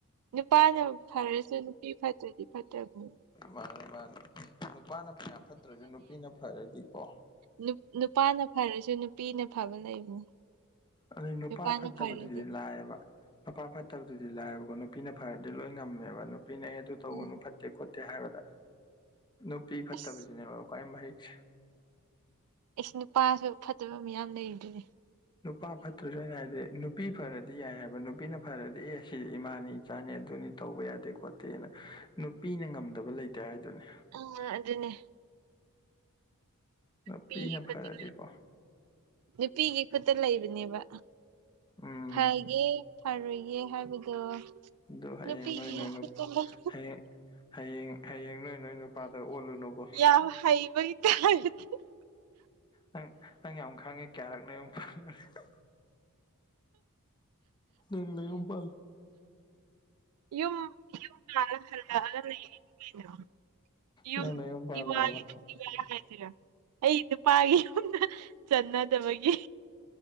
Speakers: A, on the right; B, on the left.
A: ꯅꯨꯄꯥꯅ ꯐꯔꯁꯨ ꯅꯨꯄꯤ ꯐꯠꯇ꯭ꯔꯗꯤ ꯐꯠꯇꯕꯅꯤ
B: ꯃꯥꯅꯤ ꯃꯥꯅꯤ ꯅꯨꯄꯥꯅ ꯐꯅꯤꯌꯥꯝ ꯐꯠꯇ꯭ꯔꯖꯨ ꯅꯨꯄꯤꯅ ꯐꯔꯗꯤꯀꯣ
A: ꯅꯨꯞ ꯅꯨꯄꯥꯅ ꯐꯔꯖꯨ ꯅꯨꯄꯤꯅ ꯐꯕ ꯂꯩꯕꯅꯤ
B: ꯑꯗꯩ ꯅꯨꯄꯥ
A: ꯅꯨꯄꯥꯅ
B: ꯐꯠꯇꯕꯗꯨꯗꯤ
A: ꯐꯔꯗꯤ
B: ꯂꯥꯏꯌꯦꯕ ꯅꯨꯄꯥ ꯐꯠꯇꯕꯗꯨꯗꯤ ꯂꯥꯏꯌꯦꯕꯀꯣ ꯅꯨꯄꯤꯅ ꯐꯔꯗꯤ ꯂꯣꯏ ꯉꯝꯃꯦꯕ ꯅꯨꯄꯤꯅ ꯑꯦ ꯑꯗꯨ ꯇꯧꯒꯅꯨ
A: ꯎꯝ
B: ꯐꯠꯇꯦ ꯈꯣꯠ ꯇꯦ ꯍꯥꯏꯕꯗ ꯅꯨꯄꯤ ꯐꯠꯇꯕꯖꯤꯅꯦꯕ
A: ꯑꯁ
B: ꯈ꯭ꯋꯥꯏ ꯃꯍꯤꯛꯁꯦ
A: ꯏꯁ ꯅꯨꯄꯥꯁꯨ ꯐꯠꯇꯕ ꯃꯌꯥꯝ ꯂꯩꯔꯤꯗꯨꯅꯤ
B: ꯅꯨꯄꯥ ꯐꯠꯇ꯭ꯔꯖꯨ ꯑꯩꯅ ꯍꯥꯏꯗꯤ ꯅꯨ ꯄꯤ ꯐꯔꯗꯤ ꯌꯥꯏ ꯍꯥꯏꯕ ꯅꯨꯄꯤꯅ ꯐꯔꯗꯤ ꯑꯦ ꯁꯤ ꯏꯃꯥꯅꯤ ꯏꯆꯥꯅꯤ ꯑꯗꯨꯅꯤ ꯇꯧꯕ ꯌꯥꯗꯦ ꯈꯣꯠꯇ ꯇꯦꯅ ꯅꯨꯄꯤꯅ ꯉꯝꯗꯕ ꯂꯩꯇꯦ ꯍꯥꯏꯗꯨꯅꯤ
A: ꯎꯝ ꯑꯗꯨꯅꯦ
B: ꯅꯥꯄꯤꯅ
A: ꯅꯨꯄꯤꯒꯤ ꯈꯨꯠꯇ
B: ꯐꯔꯗꯤꯀꯣ
A: ꯅꯨꯄꯤꯒꯤ ꯈꯨꯠꯇ ꯂꯩꯕꯅꯦꯕ
B: ꯎꯝ
A: ꯐꯒꯦ ꯐꯔꯣꯏꯒꯦ ꯍꯥꯏꯕꯗꯣ
B: ꯑꯗꯨ ꯍꯌꯦꯡ
A: ꯅꯨꯄꯤꯒꯤ
B: ꯅꯣꯏ ꯅꯣꯏ
A: ꯈꯨꯠꯇ
B: ꯅꯨꯞ
A: ꯂꯩ
B: ꯍꯌꯦꯡ ꯍꯌꯦꯡ ꯍꯌꯦꯡ ꯅꯣꯏ ꯅꯣꯏ ꯅꯨꯄꯥꯗ ꯑꯣꯠꯂꯨꯅꯨꯀꯣ
A: ꯌꯥꯝ ꯍꯩꯕꯩ <unintelligible>
B: ꯅꯪ ꯅꯪ ꯌꯥꯝ ꯈꯪꯉꯦ ꯀꯌꯥꯔꯛ ꯅꯌꯨꯝ <unintelligible> ꯅꯪ ꯅꯌꯨꯝ ꯄꯥꯟ
A: ꯌꯨꯝ ꯌꯨꯝ ꯄꯜꯂ ꯍꯜꯂꯛꯑꯒ ꯂꯩꯔꯤꯅꯤ ꯀꯩꯅꯣ ꯌꯨꯝ
B: ꯅꯪ ꯅꯌꯨꯝ ꯄꯥꯜꯂꯨꯔꯕ
A: ꯏꯋꯥꯒꯤ <unintelligible> ꯑꯩ ꯅꯨꯄꯥꯒꯤ ꯌꯨꯝꯗ ꯆꯟꯅꯗꯕꯒꯤ